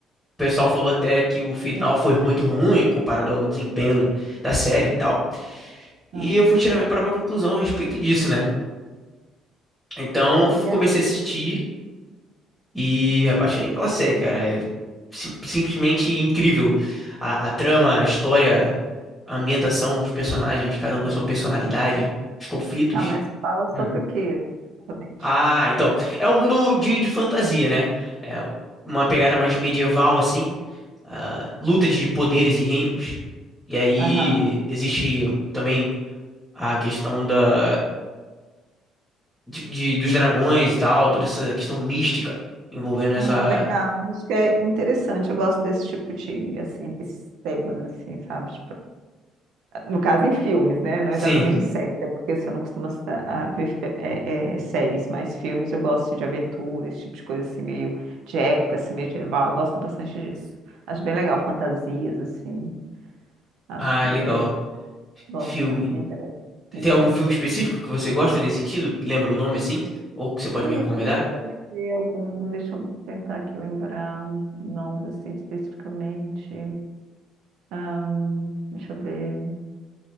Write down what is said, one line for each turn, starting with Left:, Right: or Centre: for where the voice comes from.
Centre: O pessoal falou até que o final foi muito ruim comparado ao desempenho da série e tal. E
Right: aham.
Centre: eu fui tirar minha própria conclusão a respeito disso, né? Então, f-
Right: E é-
Centre: comecei a assistir. E me apaixonei pela série, cara. É sim- simplesmente incrível. A, a trama, a história, a ambientação, os personagens, cada um com a sua personalidade, os conflitos.
Right: Ah, mas fala sobre
Centre: Hum.
Right: o que exatamente?
Centre: Ah, então. É um mundo de, de fantasia, né? É uma pegada mais medieval, assim. ah, luta de poderes e reinos. E aí
Right: Aham.
Centre: existe também a questão da, de, de- dos dragões e tal, toda essa questão mística envolvendo essa.
Right: Ah, legal. Acho que é interessante. Eu gosto desse tipo de, assim, esses temas, assim, sabe? No caso, em filmes, né? Não
Centre: Sim.
Right: exatamente em séries, até porque você não costuma a- a ver fi- é, é, séries, mas filmes eu gosto de aventura, esse tipo de coisa assim, meio de época, assim, medieval, eu gosto bastante disso. Acho bem legal, fantasias, assim, acho
Centre: Ah, legal.
Right: bem, gosto,
Centre: Filme.
Right: é, me interessa,
Centre: Tem
Right: me interessa.
Centre: algum filme específico que você gosta nesse sentido? Lembra o nome assim? Ou que você pode
Right: E
Centre: me recomendar?
Right: deixa eu me ver algum, deixa eu tentar aqui lembrar nomes, assim, especificamente. Ahn, deixa eu ver.